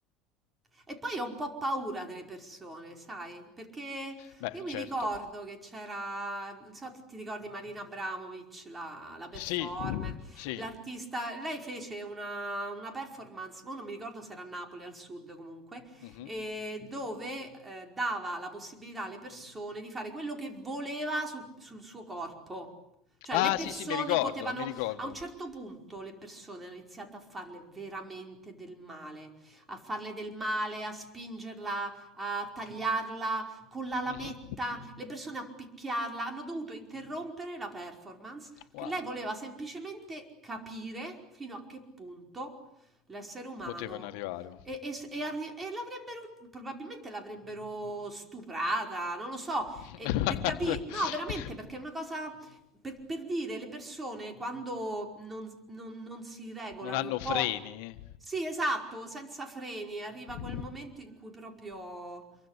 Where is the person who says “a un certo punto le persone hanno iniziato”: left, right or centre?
Right